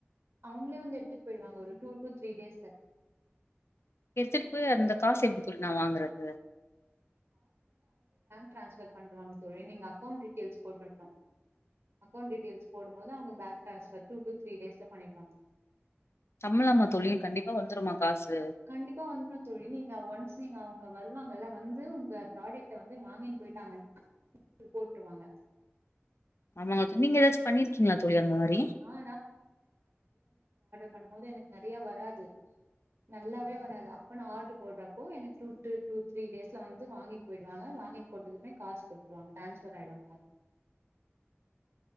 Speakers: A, on the right; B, on the left.
A: அவங்களே வந்து எடுத்துட்டு போயி்டுவாங்க ஒரு டூ டு த்ரீ டேஸ்ல
B: எடுத்துட்டு போய் அந்த காசு எப்பிடி தோழி நா வாங்குறது
A: டிரான்ஸ்ஃபர் பண்ணிடுவாங்க தோழி நீங்க அக்கௌண்ட் டீட்டைல்ஸ் போட்டுர்ணு அக்கௌண்ட் டீட்டைல்ஸ் போடும்போது அவங்க bank transfer two to three டேஸ்ல பண்ணிடுவாங்க.
B: சம்பளமா தோழி கண்டிப்பா வந்துருமா காசு
A: கண்டிப்பா வந்துரு தோழி நீங்க ஒன்ஸ் நீங்க அவங் ஆ வருவாங்கல்ல வந்து உங்க ப்ராடக்ட வந்து வாங்கின் போயிட்டாங்கன்னா <inaudible> போட்ருவாங்க
B: ஆமாங்க தோழி நீங்க ஏதாச்சு பண்ணிருக்கீங்களா தோழி அந்த மாரி
A: ஆ பண்ணும்போது எனக்கு நெறைய வராது நல்லாவே வராது அ ப்ப நா ஆர்டரு போட்டப்போ எனக்கு டூ டு டூ த்ரீ டேஸ்ல வந்து வாங்கிட்டு போயிடுறாங்க வாங்கிட்டு போய்ட்டதுமே காசு போட்ருவங்க டரான்ஸ்ஃபர் ஆயிடு காசு